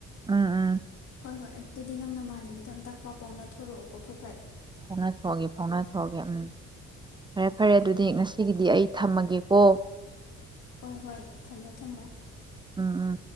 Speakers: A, on the right; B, on the left.
A: ꯎꯝ ꯎꯝ
B: ꯍꯣꯏ ꯍꯣꯏ ꯑꯗꯨꯗꯤ ꯅꯪ ꯅꯃꯥꯟꯅꯕꯤꯗ ꯑꯝꯇ ꯄꯥꯎ ꯄꯥꯎꯅꯊꯣꯔꯛꯑꯣ ꯑꯣ ꯐꯠ ꯐꯠ
A: ꯐꯥꯎꯅꯊꯣꯛꯑꯒꯦ ꯐꯥꯎꯅꯊꯣꯛꯑꯒꯦ ꯑꯝ ꯐꯔꯦ ꯐꯔꯦ ꯑꯗꯨꯗꯤ
B: ꯎꯝ ꯎꯝ
A: ꯉꯥꯁꯤꯒꯤꯗꯤ ꯑꯩ ꯊꯝꯃꯒꯦꯀꯣ
B: ꯍꯣꯏ ꯍꯣꯏ ꯊꯝꯃꯦ ꯊꯝꯃꯣ
A: ꯎꯝ ꯎꯝ